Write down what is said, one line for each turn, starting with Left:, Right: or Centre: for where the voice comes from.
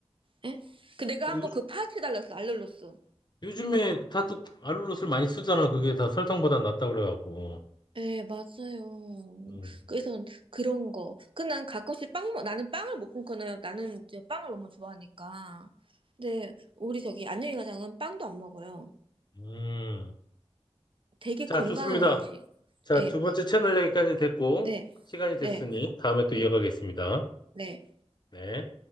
Right: 예? 그 내가
Left: 요즘,
Right: 한번 그 파헤쳐달라 어 알룰로스.
Left: 요즘에 다들 알룰로스를 많이 쓰잖아. 그게 다 설탕보다 낫다고 그래갖고.
Right: 예, 맞아요.
Left: 음,
Right: 그래서 그런 거. 그난 가끔씩 빵, 먹- 나는 빵을 못 끊거나 나는 이제 빵을 너무 좋아하니까. 근데 우리 저기 안녕히 가장은 빵도 안 먹어요.
Left: 음.
Right: 되게
Left: 자,
Right: 건강한
Left: 좋습니다.
Right: 음식.
Left: 자,
Right: 예,
Left: 두 번째 채널 여기까지 됐고,
Right: 네,
Left: 시간이 됐으니,
Right: 네,
Left: 다음에 또 이어가겠습니다.
Right: 네.
Left: 네.